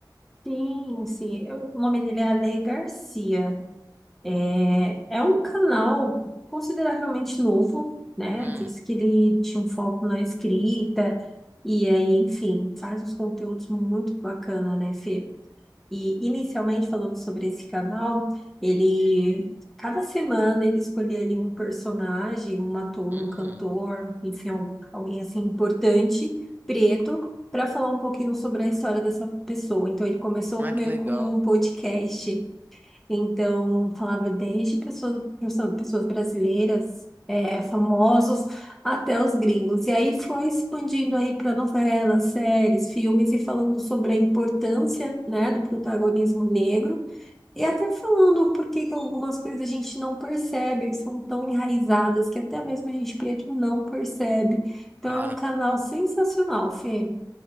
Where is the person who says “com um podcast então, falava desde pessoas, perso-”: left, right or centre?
Centre